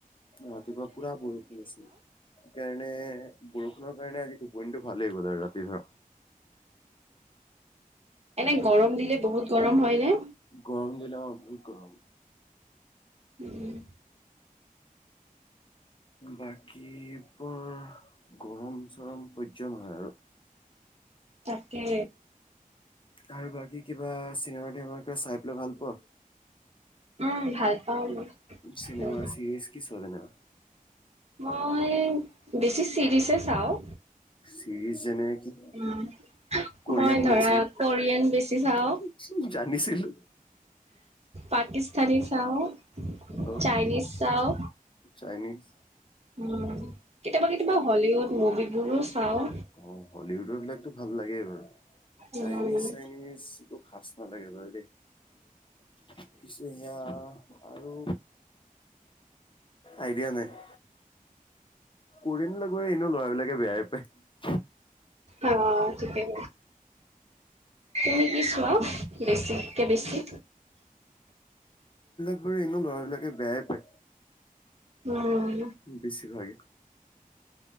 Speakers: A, on the left; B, on the right.
A: ৰাতিপুৱা পুৰা বৰষুণ আছিল, সেইকাৰণে বৰষুণৰ কাৰণে আজি টোপনিটো ভাল <unintelligible> গ'ল আৰু ৰাতি ধৰা।
B: এনে গৰম দিলে বহুত গৰম হয় নে?
A: গৰম দিলে অ', বহুত গৰম।
B: উম।
A: বাকী বৰ গৰম চৰম সহ্য নহয় আৰু।
B: তাকে।
A: আৰু বাকী কিবা চিনেমা তিনেমা চাই পেলাই ভাল পোৱা
B: উম ভাল পাও
A: চিনেমা
B: মই
A: চিৰিজ কি চোৱা তেনেকা?
B: মই বেছি চিৰিছে চাওঁ
A: চিৰিজ যেনে কি
B: মই
A: কোৰিয়ান বিলাক
B: ধৰা কোৰিয়ন বেছি চাওঁ,
A: চাগে? জানিছিলো
B: পাকিস্তানী চাওঁ,
A: অ
B: চাইনিজ চাওঁ
A: চাইনিজ।
B: উম কেতিয়াবা-কেতিয়াবা হলিউড মুভিবোৰো চাওঁ।
A: অ হলিউডৰ বিলাকটো ভাল লাগেই বাৰু চাইনিজ
B: উম,
A: চাইনিজ <unintelligible> কিছু সেয়া আৰু আইডিয়া নাই। কোৰিয়াৰ লৈ গৈ এনেও লৰাবিলাকে বেয়াই পাই
B: অ ঠিকেই তুমি কি চোৱা বেছি কে বেছি
A: <unintelligible> এনেও ল'ৰাবিলাকে বেয়াই পায়।
B: উম
A: বেছিভাগে